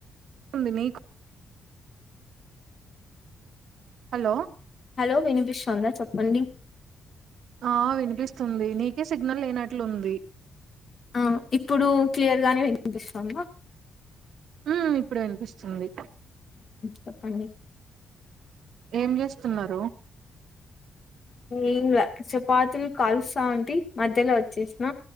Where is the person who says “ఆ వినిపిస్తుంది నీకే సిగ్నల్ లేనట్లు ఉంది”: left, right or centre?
Right